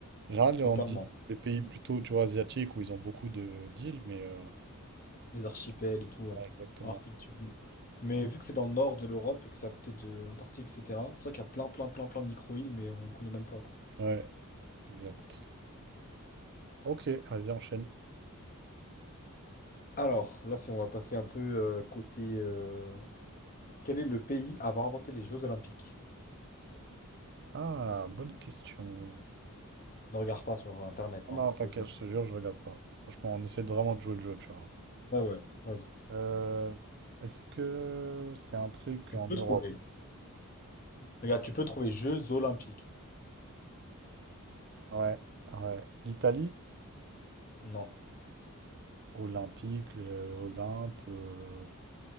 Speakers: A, on the right; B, on the left.
A: En général,
B: totalement.
A: on dit des pays plutôt, tu vois, asiatiques où ils ont beaucoup de d'îles, mais... euh,
B: Les archipels et tout, ouais.
A: ouais, exactement.
B: Alors que la Suède. Mais vu que c'est dans le nord de l'Europe et que c'est à côté de l'Antarctique, etc., c'est pour ça qu'il y a plein, plein, plein, plein de micro-îles, mais on connaît même pas, quoi.
A: Ouais, exact. Ok, vas-y, enchaîne.
B: Alors, là, si on va passer un peu euh, côté... euh, quel est le pays à avoir inventé les Jeux Olympiques?
A: Ah, bonne question.
B: Ne regarde pas sur Internet,
A: Ah Non,
B: hein, s'il
A: t'inquiète,
B: te plaît.
A: je te jure, je regarde pas. Franchement, on essaie de vraiment de jouer le jeu, tu vois.
B: Ouais, ouais, vas-y.
A: Euh, est-ce que c'est un truc
B: Tu
A: en
B: peux
A: Europe?
B: trouver. Regarde, tu peux trouver Jeux Olympiques.
A: Ouais, ouais. L'Italie?
B: Non.
A: Olympique, euh, Olympe, euh,